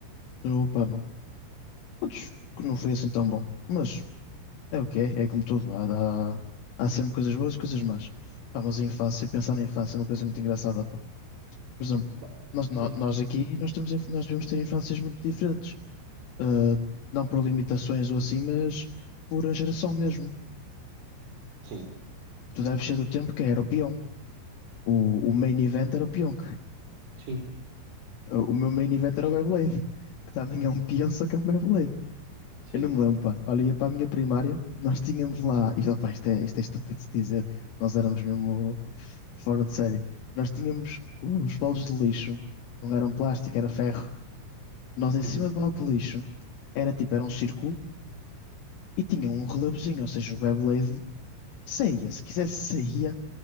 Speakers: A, on the left (about 75°); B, on the right (about 50°).
A: que, pá, não, putz, que não foi assim tão bom. Mas é o que é, é como tudo. Há, há, há sempre coisas boas e coisas más. Pá, mas a infância, pensar na infância é uma coisa muito engraçada, pá. Por exemplo,
B: Epá,
A: nós, nó-
B: sim,
A: nós aqui nós temos, inf- nós devemos ter infâncias muito diferentes. Ah, não por limitações ou assim, mas por a geração mesmo.
B: sim.
A: Tu deves ser do tempo que era o peão. O, o main event era o peão.
B: sim,
A: Ah, O meu main event era o Beyblade, que também é um peão, só que é um Beyblade.
B: sim.
A: Eu não me lembro, pá. Olha, ia para a minha primária, nós tínhamos lá. Isto, opá, isto é, isto é estúpido de se dizer, nós éramos mesmo fora de série. Nós tínhamos os bolos de lixo, não eram plástico, era ferro. Nós em
B: Uhum.
A: cima do balde de lixo era tipo, era um círculo e tinha um relevozinho, ou seja, o Beyblade saía, se quisesse saía,